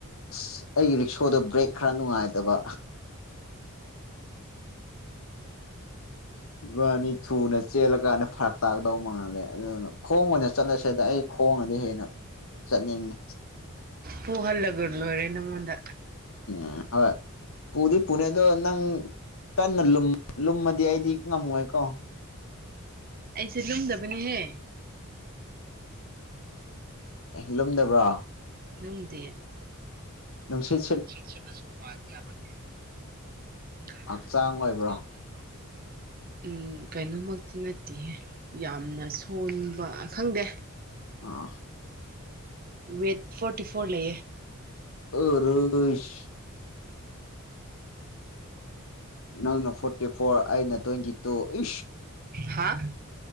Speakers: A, on the left; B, on the right.
A: ꯑꯁ ꯑꯩꯒꯤ ꯔꯤꯛꯁꯣꯗ ꯕ꯭ꯔꯦꯛ ꯈꯔ ꯅꯨꯡꯉꯥꯏꯗꯕ ꯏꯕꯥꯅꯤ ꯊꯨꯅ ꯆꯦꯜꯂ ꯀꯥꯟꯗ ꯐꯔꯛ ꯇꯥꯛꯗꯧ ꯃꯥꯜꯂꯦ ꯑꯗꯨꯅ ꯈꯣꯡ ꯑꯣꯏꯅ ꯆꯠꯂꯁꯤꯗ ꯑꯩ ꯈꯣꯡꯉꯗꯤ ꯍꯦꯟꯅ ꯆꯠꯅꯤꯡꯉꯤ
B: ꯄꯨꯨꯍꯜꯂꯒ ꯂꯣꯏꯔꯦ ꯅꯪꯉꯣꯟꯗ
A: ꯎꯝ ꯍꯣꯏ ꯄꯨꯗꯤ ꯄꯨꯅꯦ ꯑꯗꯣ ꯅꯪ ꯀꯟꯅ ꯂꯨꯝꯃꯗꯤ ꯑꯩꯗꯤ ꯉꯝꯃꯣꯏꯀꯣ
B: ꯑꯩꯁꯦ ꯂꯨꯝꯗꯕꯅꯦꯍꯦ
A: ꯂꯨꯝꯗꯕ꯭ꯔꯣ
B: ꯂꯨꯝꯗꯤꯌꯦ
A: ꯅꯨꯡꯁ
B: <unintelligible>
A: ꯍꯛꯆꯥꯡ ꯑꯣꯏꯕ꯭ꯔꯣ
B: ꯎꯝ ꯀꯩꯅꯣꯃꯛꯇꯤ ꯅꯠꯇꯦꯍꯦ ꯌꯥꯝꯅ ꯁꯣꯟꯕ ꯈꯪꯗꯦ
A: <inaudible>
B: ꯋꯦꯠ ꯐꯣꯔꯇꯤ ꯐꯣꯔ ꯂꯩꯌꯦ
A: <unintelligible> ꯅꯪꯅ ꯐꯣꯔꯇꯤ ꯐꯣꯔ ꯑꯩꯅ ꯇ꯭ꯋꯦꯟꯇꯤ ꯇꯨ ꯏ
B: ꯍꯥ